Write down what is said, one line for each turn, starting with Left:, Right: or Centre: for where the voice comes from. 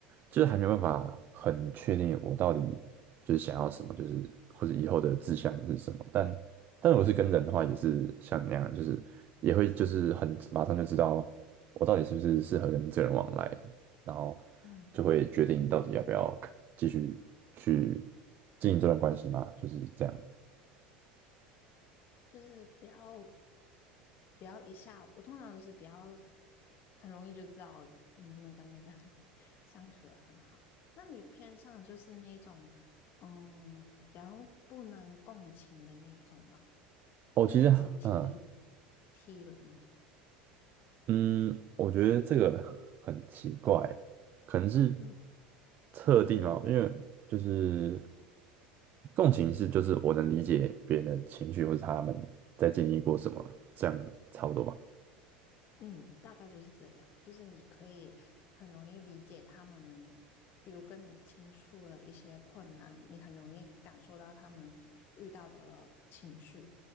Right: 就是还没有办法很确定我到底就是想要什么，就是或者以后的志向是什么。但但我是跟人的话，也是像那样，就是也会就是很马上就知道我到底是不是适合跟这个人往来，然后
Left: 嗯。
Right: 就会决定到底要不要继续去经营这段关系嘛，就是这样。
Left: 就是不要不要一下，我通常都是比较很容易就知道能不能跟那个人 <laughs> 相处的很好。那你偏向就是那种嗯比较不能共情的那一种吗？
Right: 哦，
Left: 因为你是
Right: 其实嗯。
Left: T T 人，
Right: 嗯，我觉得这个很奇怪，可能是
Left: 嗯。
Right: 特定哦，因为就是共情是就是我能理解别人的情绪或者他们在经历过什么，这样差不多吧。
Left: 嗯，大概就是这样，就是你可以很容易理解他们，比如跟你倾诉了一些困难，你很容易感受到他们遇到的情绪，